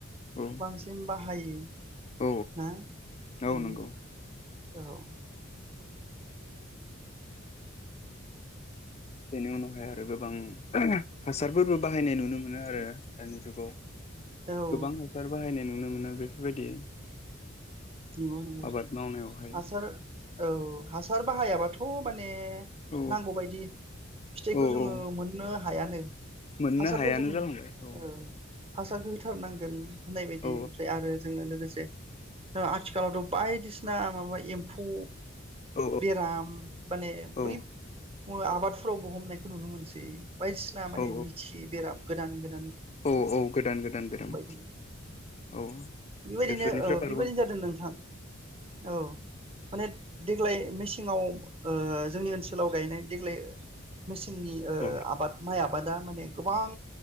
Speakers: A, on the left; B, on the right.
A: औ
B: बांसिन बा हायो
A: औ
B: हा ओम
A: औ नंगौ
B: औ
A: बेनि उनावहाय आरो गोबां <unintelligible> हासारफोरबो बाहायनाय नुनो मोनो आरो दानि जुगाव
B: औ
A: गोबां हासार बाहायनाय नु नुनो मोनो बेफोरबायदि
B: नंगौ नंगौ
A: आबाद मावनायावहाय
B: हासार औ हासार बाहाया बा थ' माने
A: औ
B: नांगौ बायदि फिथाइखौ
A: औ
B: जोङो
A: औ
B: मोननो हायानो
A: मोननो
B: हासारखौ
A: हायानो
B: जोङो
A: जालांबाय औ
B: ओ हासारखौ हो होथारनांगोन होननाय बायदि
A: औ
B: ओमफ्राय आरो जों लोगोसे जे ओ आथिखालावथ' बायदिसिना माबा एम्फौ
A: औ
B: बेराम माने
A: औ
B: बै ओ आबादफोरावबो हमनायखौ नुनो मोनसै बायदिसिना माने
A: औ
B: मिथियै बेराम गोदान गोन
A: औ औ गोदान गोदान बेराम
B: थायो
A: औ
B: बेबायदिनो
A: बेफोरनिफ्राय बार
B: बेबायदिनो जादों नोंथां औ माने देग्लाय मेसेंआव ओ जोंनि ओनसोलाव गायनाय देग्लाय मेसेंनि ओ
A: औ
B: आबाद माइ आबाद आबादा माने गोबां